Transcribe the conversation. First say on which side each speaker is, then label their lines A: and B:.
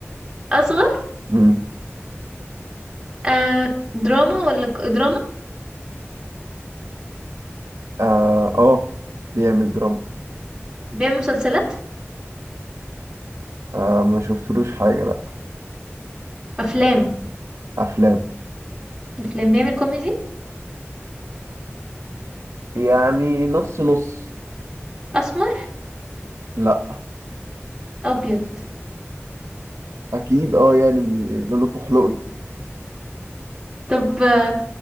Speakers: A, on the right; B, on the right.
A: أصغر
B: امم
A: آه دراما ولا ك- دراما
B: اه آه، بيعمل دراما
A: بيعمل مسلسلات
B: آه ما شفتلوش حاجة لا
A: أفلام
B: افلام
A: أفلام بيعمل كوميدي
B: يعني نص نص
A: أسمر
B: لا
A: أبيض
B: اكيد اه يعني بي- لولو فحلوقي
A: طب آه،